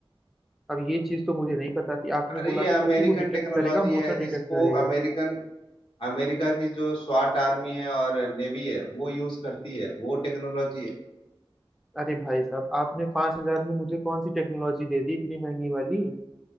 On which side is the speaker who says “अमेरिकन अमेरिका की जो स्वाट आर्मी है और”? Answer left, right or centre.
Left